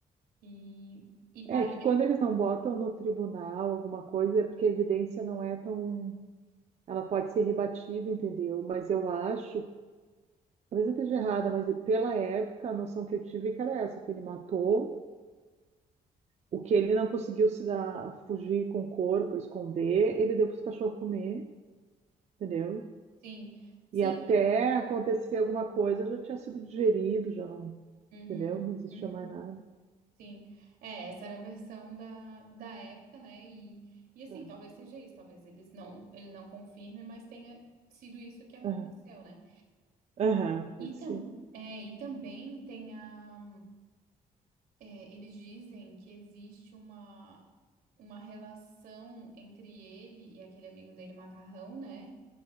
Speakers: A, on the right; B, on the right.
A: E, e
B: É
A: parece.
B: que quando eles não botam no tribunal alguma coisa, é porque a evidência não é tão. Ela pode ser rebatida, entendeu? Mas eu acho, talvez eu esteja errada, mas pela época a noção que eu tive é que era essa, que ele matou, o que ele não conseguiu se dar, fugir com o corpo, esconder, ele deu para os cachorros comer, entendeu?
A: Sim, sim.
B: E até acontecer alguma coisa já tinha sido digerido, já não,
A: Uhum,
B: entendeu? Não existia
A: uhum,
B: mais nada.
A: sim. É, essa era a versão da, da época, né? E, e assim,
B: Ah,
A: talvez seja isso, talvez eles não, eles não confirmem, mas tenha sido isso que aconteceu,
B: Aham,
A: né?
B: aham, pode
A: E, tam,
B: ser.
A: é, e também tem a. É, eles dizem que existe uma, uma relação entre ele e aquele amigo dele, Macarrão, né?